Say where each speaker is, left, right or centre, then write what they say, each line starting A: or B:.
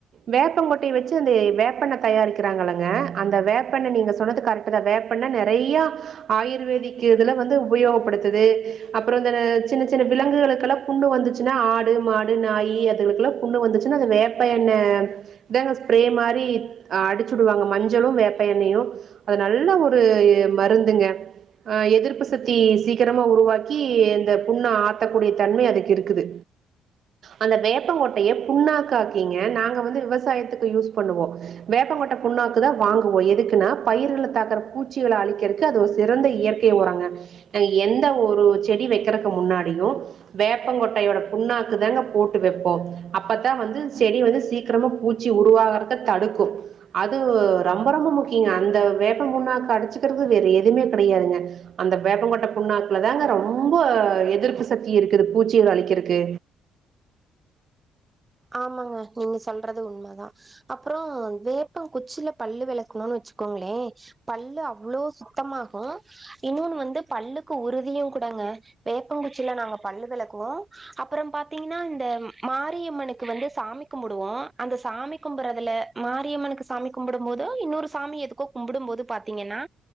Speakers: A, on the right (about 50°); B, on the right (about 20°).
A: வேப்பகொட்டைய வச்சு அந்த வேப்பண்ண தயாரிக்கிறாங்கள்ளங்க அந்த வேப் பெண்ண நீங்க சொன்னது கரெட்த வேப்பெண்ண நெறைய ஆயுர்வேதிக் இதுல வந்து உபயோகபடுத்துது அப்புற இந்த சின்ன சின்ன விலங்குகளுக்கெல்லா புண்ணு வந்துச்சுன்னா ஆடு மாடு நாய் அதுகளுகெல்லா புண்ணு வந்துச்சுன்னா அது வேப்ப எண்ணெ இதாங்க ஸ்ப்ரே மாரி அடிச்சுடுவாங்க மஞ்சளு வேப்ப ப எண்ணய்யு அது நல்ல ஒரு இ மருந்துங்க ஆஹ் எதிர்ப்பு சத்தி சீக்கிரமா உருவாக்கி இந்த புண்ண ஆத்தகூடிய தன்மை அதுக்கு இருக்குது அந்த வேப்பங்கொட்டைய புண்ணாக்காக்கிங்க நாங்க வந்து விவசாயத்துக்கு யூஸ் பண்ணுவோ வேப்பங்கொட்டை புண்ணாக்குதா வாங்குவோ எ துக்குனா பயிர்களே தாக்குற பூச்சிகளே அழிக்கிறதுக் அது சிறந்த இயற்கை உரங்க எந்த ஒரு செடி வைக்கிறக்கு முன்னாடியு வேப்பங்கொட்டையோட புண்ணாக்கு தாங்க போட்டு வைப்போ அப்பதான் வந்து செடி வந்து சீக்கிரமா பூச்சி உருவாகறதே தடுக்கு அது ரொம்ப ரொம்ப முக்கிய ங்க அந்த வேப்ப புண்ணாக்க அடிச்சுக்கிறது வேற எதுவுமே கிடையாதுங்க அந்த வேப்பங்கொட்டை புண்ணாக்குலதாங்க ரொம்ப எதிர்ப்பு சக்தி இருக்குது பூச்சிகள் அழிக்கிறக்கு
B: ஆமாங்க நீங்க சொல்றது உண்மதா அப்புற வேப்பங்குச்சில பல்லு விளக்குனோனு வச்சுக்கோங்களே பல்லு அவ்ளோ சுத்தமாஹு இன்னொன்னு வந்து பல்லுக்கு உறுதியும் கூடங்க வேப்பங்குச்சில நாங்க பல்லு விளக்குவோம் அப்புற பாத்தீங்கன்னா இந்த மாரியம்மனுக் கு வந்து சாமி கும்புடுவோம் அந்த சாமி கும்புறதுல மாரியம்மனுக்கு சாமி கும்பிடும் போதோ இன்னொரு சாமி எதுக்கோ கும்பிடும் போது பாத்தீங்கன்னா